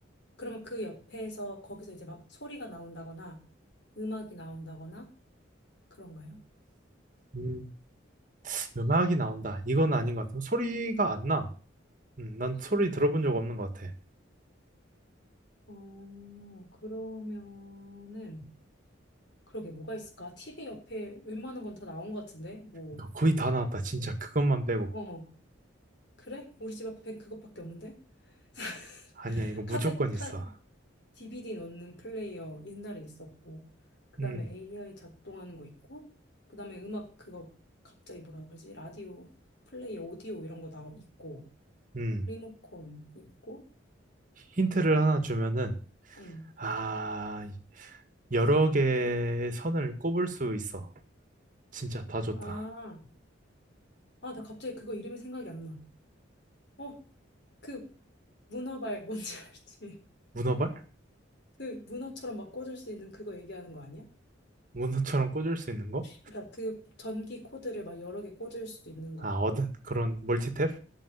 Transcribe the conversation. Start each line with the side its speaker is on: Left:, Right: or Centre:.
Left: 그러면 그 옆에서 거기서 이제 막 소리가 나온다거나 음악이 나온다거나 그런가요?
Right: 음, 음악이 나온다. 이건 아닌 것 같아. 소리가 안 나. 음, 난
Left: 소리가
Right: 소리 들어본
Left: 안 나?
Right: 적 없는 것 같아.
Left: 어, 그러면은 그러게 뭐가 있을까? 티비 옆에 웬만한 건 다 나온 것 같은데 뭐
Right: 그러니까 거의 다 나왔다. 진짜 그것만 빼고.
Left: 어, 그래? 우리 집 앞엔 그것밖에 없는데? <laughs>
Right: 아니야, 이거 무조건
Left: 카세 카
Right: 있어.
Left: DVD 넣는 플레이어 옛날에 있었고 그다음에
Right: 음,
Left: AI 작동하는 거 있고 그다음에 음악 그거 갑자기 뭐라 그러지? 라디오 플레이 오디오 이런 거 나 있고
Right: 음.
Left: 리모컨 있고,
Right: 힌트를 하나 주면은,
Left: 응.
Right: 아, 여러 개의 선을 꼽을 수 있어. 진짜 다 좋다.
Left: 아, 아, 나 갑자기 그거 이름이 생각이 안 나. 어, 그 문어발 뭔지 알지? <laughs>
Right: 문어발?
Left: 그 문어처럼 막 꽂을 수 있는 그거 얘기하는 거 아니야?
Right: 문어처럼 꽂을 수 있는 거?
Left: 그러니까 그 전기 코드를 막 여러 개 꽂을 수 있는 거.
Right: 아, 얻은 그런 멀티탭?